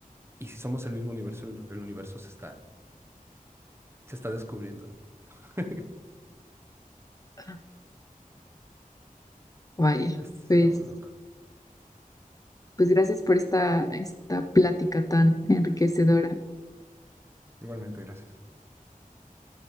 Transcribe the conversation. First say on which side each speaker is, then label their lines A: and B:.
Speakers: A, on the right (about 15°); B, on the left (about 25°).
A: y si somos el mismo universo, el, el universo se está, se está descubriendo. <laughs>
B: Ah, Vaya,
A: Está
B: pues,
A: muy loco.
B: pues gracias por esta, esta plática tan enriquecedora.
A: Igualmente, gracias.